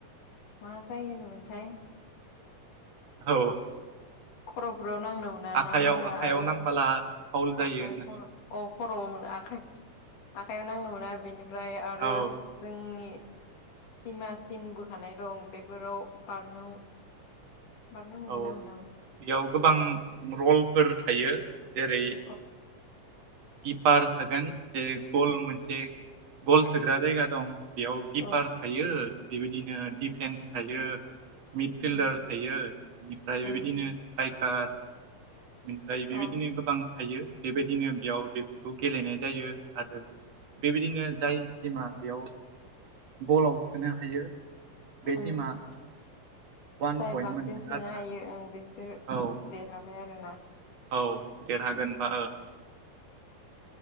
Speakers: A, on the left; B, on the right.
A: मा जायोमोनथाय
B: औ
A: खर'फोराव नांनो मोना
B: आखाइयाव
A: ना मा होनो
B: आखाइयाव
A: आरो
B: नांबोला फाउल जायो
A: आखाइ
B: होननानै
A: खर' अ खर'आव मोन आखाइ आखाइयाव नांनो मोना बेनिफ्राय आरो
B: औ
A: जोंनि सिमासिन बोखानाय दं बेफोराव बारनो बारनो मोनो
B: औ
A: ना मोना मोन
B: बेयाव गोबां रलफोर थायो जेरै
A: औ
B: गिपार थागोन जे गल मोनसे गल सोग्रा जायगा दं बेयाव किपार
A: औ
B: थायो बेबायदिनो दिफेन्स थायो। मिडफिल्डार
A: उम
B: थायो बेनिफ्राय बेबायदिनो
A: उम
B: स्ट्राइकार बेनिफ्राय बेबायदिनो
A: औ
B: गोबां थायो बेबायदिनो बेयाव बेफोरखौ गेलेनाय जायो आरो बेबायदिनो जाय टिमा बेयाव गलाव सोनो हायो बे
A: उम
B: टिमा वान
A: जाय
B: पइन्ट
A: बांसिन
B: मोनगोन
A: सोनो
B: आरोना
A: हायो ओ बिसोरो
B: औ
A: देरहाबाय आरोना
B: औ देरहागोन
A: उम
B: होनबा ओ